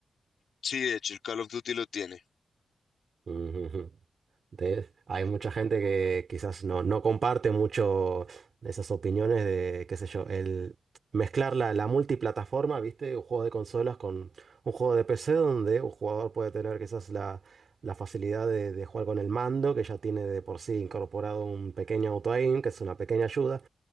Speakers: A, on the left; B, on the right.
A: Sí, de hecho, el Call of Duty lo tiene.
B: <laughs> De- hay mucha gente que quizás no, no comparte mucho esas opiniones de, qué sé yo, el mezclar la, la multiplataforma, ¿viste? Un juego de consolas con un juego de PC donde un jugador puede tener quizás la, la facilidad de, de jugar con el mando, que ya tiene de por sí incorporado un pequeño auto-aim, que es una pequeña ayuda,